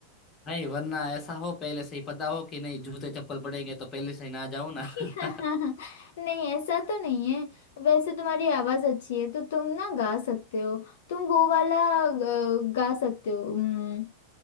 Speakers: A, on the left (about 25°); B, on the left (about 55°).
A: नहीं वरना ऐसा हो पहले से ही पता हो कि नहीं जूते चप्पल पड़ेंगे तो पहले से ही ना जाओ ना
B: <laughs>
A: <laughs>
B: नहीं ऐसा तो नहीं है वैसे तुम्हारी आवाज अच्छी है तो तुम ना गा सकते हो तुम वो वाला अ, गा सकते हो उम,